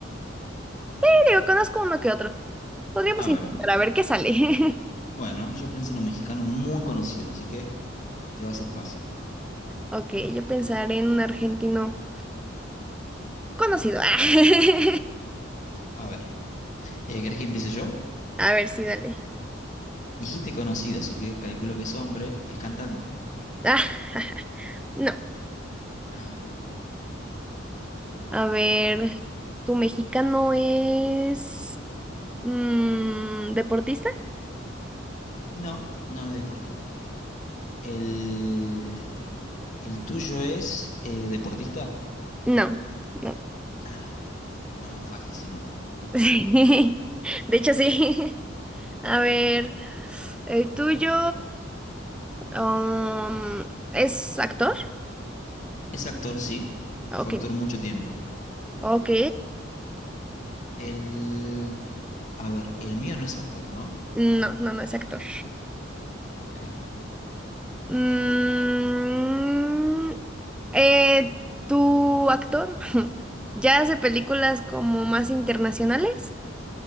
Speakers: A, in the centre; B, on the left.
A: Sí, Digo, conozco uno que otro. Podríamos
B: A
A: intentar
B: ver,
A: a ver qué sale. <laughs>
B: bueno, yo pensé en un mexicano muy conocido, así que te va a ser fácil.
A: Ok, yo pensaré en un argentino conocido. <laughs>
B: A ver, eh, ¿querés que empiece yo?
A: A ver, sí, dale.
B: Dijiste conocido, así que calculo que es hombre, es cantante.
A: Ah, <laughs> no.
B: Ah,
A: A ver, ¿tu mexicano es mm, deportista?
B: no, no es deportista. El, el tuyo es eh, deportista.
A: No. no.
B: Ah, era muy fácil, si no.
A: Sí, <laughs> de hecho sí. <laughs> A ver, el tuyo um, ¿es actor?
B: Es actor, sí.
A: Ok,
B: Fue actor mucho tiempo.
A: ok.
B: El, a ver, el mío no es actor, ¿no?
A: No, no, no es actor.
B: Ok.
A: Mm, eh, ¿tu actor <laughs> ya hace películas como más internacionales?